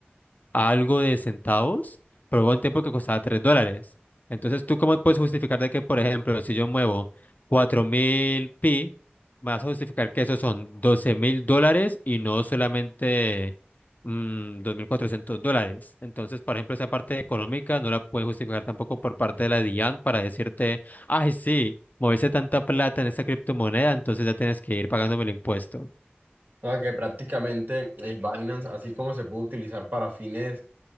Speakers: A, on the left (about 45°); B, on the right (about 50°).
A: a algo de centavos, pero hubo un tiempo que costaba 3 dólares. Entonces, ¿tú cómo puedes justificar de que, por ejemplo, si yo muevo 4.000 pi, me vas a justificar que esos son 12.000 dólares y no solamente mm, 2.400 dólares? Entonces, por ejemplo, esa parte económica no la puedes justificar tampoco por parte de la DIAN para decirte, ay, sí, moviste tanta plata en esta criptomoneda, entonces ya tienes que ir pagándome el impuesto.
B: O sea, que prácticamente eh, Binance, así como se puede utilizar para fines,